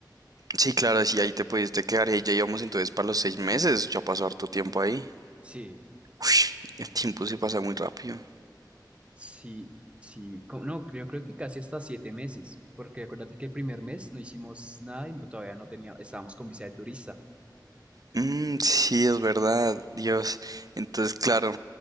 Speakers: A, on the right; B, on the right.
A: Sí, claro, sí, ahí te pudiste quedar y ahí ya íbamos entonces para los seis meses. Ya pasó harto tiempo ahí.
B: Sí,
A: Uy, el tiempo se pasa muy rápido.
B: sí, sí. co- No, yo creo que casi hasta siete meses, porque acuérdate que el primer mes no hicimos nada y no- todavía no teníamos, estábamos con visa de turista.
A: Mm, sí, es verdad, Dios. Entonces, claro,